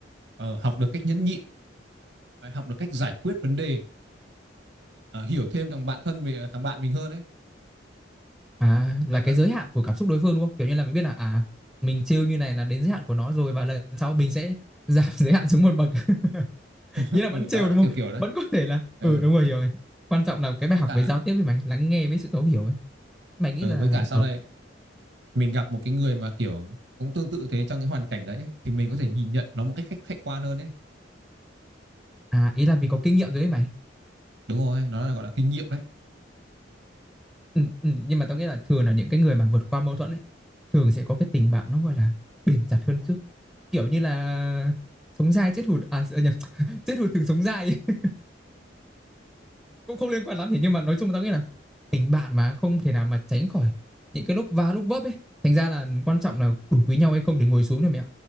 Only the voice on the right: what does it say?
ờ, học được cách nhẫn nhịn học được cách giải quyết vấn đề ờ, hiểu thêm thằng bạn thân về ờ, thằng bạn mình hơn đấy
đấy
vậy
<laughs>
ừ,
đó là
kiểu kiểu đấy
Ờ,
với
cả
là
ờ,
với cả sau
này mình gặp một cái người mà kiểu cũng tương tự thế trong cái hoàn cảnh đấy thì mình có thể nhìn nhận nó một cách khách khách quan hơn đấy
đúng rồi nó là gọi là kinh nghiệm đấy
Ờ,